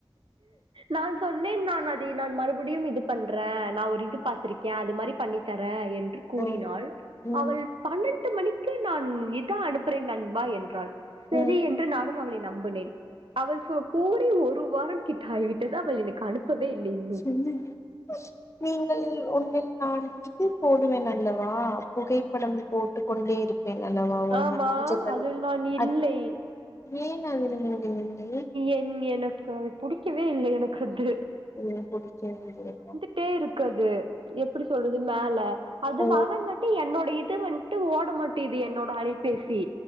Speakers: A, on the right; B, on the left.
A: நான் சொன்னேன் நான் அதை நான் மறுபடியும் இது பண்றே நா ஒரு இது பாத்துருக் க்கே அது மாரி பண்ணி தரே என்று கூறினாள்
B: அ ம் ம்
A: அவள் பன்னெண்டு மணிக்கே நான் இதான் அனுப்புறேன் நண்பா என்றாள் செரி
B: ம்
A: என்று நானும் அவளை நம்புனேன் அவள் சொ கூ கூறி ஒரு வாரம் கிட்ட ஆகிவிட்டது அவள் எனக்கு அனுப் பவே இல்லிங்
B: சொல்லுங்கள் நீங்கள் ஒண்ணு நான் இது போடுவேன் அல்லவா புகைப்படம் போட்டு கொண்டே இருக் என்னல்லவா ஒன்ன
A: ஆமா,
B: நெனச்சி
A: அதில் நான் இல்லை.
B: அது நீங்க <unintelligible>
A: என் எனக்கு அதை புடிக்கவே இல்லை எனக்கு அது
B: இது புடிக்கவில்லையா
A: ட்டே இருக்கு அது எப்டி சொல்றது மேல அது
B: ஓ
A: வரங்காட்டி என்னோட இது வன்ட் ட்டு ஓட மாட்டேது என்னோட அலைபேசி